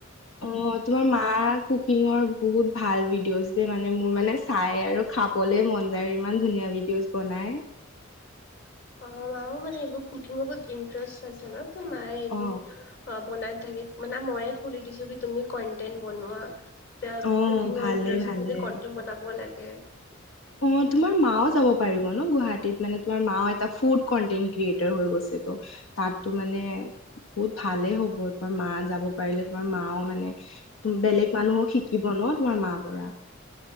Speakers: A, on the left; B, on the left.
A: অ তোমাৰ মাক কুকিঙৰ বহুত ভাল ভিডিঅ'জ দে, মানে মোৰ মানে চাই আৰু খাবলে মন যায় আৰু ইমান ধুনীয়া। ভডিঅজ বনাই
B: অ মায়ও মানে এইবোৰ কুকিঙৰ বহুত ইণ্টাৰেষ্ট আছে ন মায়ে এইবোৰ
A: অ
B: বনাই থাকি মানে মইয়ে খুলি দিছো কি তুমি কন্টেন্ট বনোৱা। য়া
A: অ
B: কুকিংৰ
A: ভালে
B: ইন্টাৰেষ্ট
A: ভালে
B: আছে যদি কণ্টেণ্ট বনাব লাগে।
A: অ তোমাৰ মাও যাব পাৰিব ন গুৱাহাটীত। মানে তোমাৰ মা এটা ফুড কন্টেন্ট ক্ৰিয়েটাৰ হৈ গৈছে তো তাতো মানে বহুত ভালে হ'ব তোমাৰ মা যাব পাৰিলে তোমাৰ মাও মানে বেলেগ মানুহক শিকিব ন তোমাৰ মাৰ পৰা।